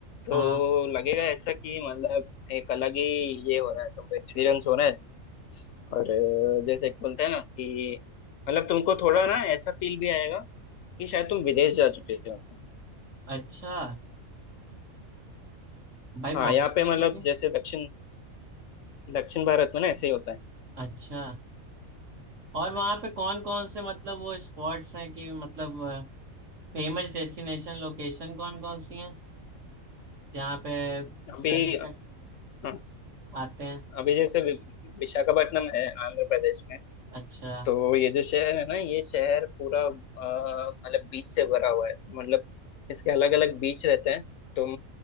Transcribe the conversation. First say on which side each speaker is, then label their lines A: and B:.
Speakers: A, on the left (about 70°); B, on the right (about 60°).
A: तो
B: हाँ
A: लगेगा ऐसा कि मतलब एक अलग ही ये हो रहा है तुमको एक्सपीरियंस हो रहा है और अ, जैसे एक बोलते हैं ना कि मतलब तुमको थोड़ा ना ऐसा फील भी आएगा कि शायद तुम विदेश जा चुके हो
B: अच्छा भाई
A: हाँ
B: बहुत
A: यहाँ
B: सही
A: पे मतलब
B: जगह
A: जैसे दक्षिण दक्षिण भारत में ना ऐसे ही होता है
B: अच्छा और वहाँ पे कौन कौन से मतलब वो स्पॉट्स हैं कि मतलब फेमस डेस्टिनेशन लोकेशन कौन कौन सी हैं जहाँ पे
A: अभी
B: पर्यटक
A: हाँ
B: आते हैं
A: अभी जैसे वि- विशाखापट्टनम है आंध्र प्रदेश में
B: अच्छा
A: तो ये जो शहर है ना ये शहर पूरा अ, मतलब बीच से भरा हुआ है तो मतलब इसके अलग अलग बीच रहते हैं तुम